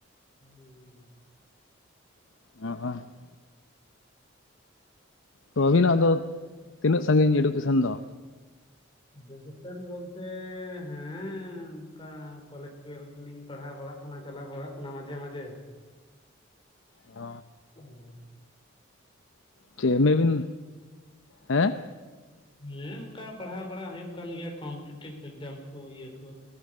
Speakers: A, on the left; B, on the left.
A: ᱦᱩᱸ ᱦᱩᱸ ᱾
B: <inaudible> ᱛᱚ ᱟᱹᱵᱤᱱᱟᱜ
A: ᱟᱫᱚ
B: ᱫᱚ ᱛᱤᱱᱟᱹᱜ ᱥᱟᱺᱜᱤᱧ ᱮᱰᱩᱠᱮᱥᱚᱱ ᱫᱚ?
A: ᱮᱰᱩᱠᱮᱥᱚᱱ ᱵᱚᱞ ᱛᱮ ᱦᱮᱸ᱾ ᱚᱱᱠᱟ ᱠᱚᱞᱮᱡᱽ ᱠᱚ ᱞᱤᱧ ᱯᱟᱲᱦᱟᱣ ᱵᱟᱲᱟᱜ ᱠᱟᱱᱟ᱾ ᱪᱟᱞᱟᱜ ᱵᱟᱲᱟᱜ ᱠᱟᱱᱟ ᱢᱟᱡᱷᱮ ᱢᱟᱡᱷᱮ᱾
B: ᱚ
A: ᱚ
B: ᱪᱮᱫ ᱢᱮᱵᱤᱱ ᱦᱮᱸ᱾
A: ᱦᱮᱸ ᱚᱱᱠᱟ ᱯᱟᱲᱦᱟᱣ ᱵᱟᱲᱟ ᱦᱩᱭᱩᱜ ᱠᱟᱱ ᱜᱮᱭᱟ᱾ ᱠᱚᱢᱯᱤᱴᱤᱴᱤᱵᱷ ᱮᱠᱡᱟᱢ ᱠᱚ ᱤᱭᱟᱹ ᱠᱚ᱾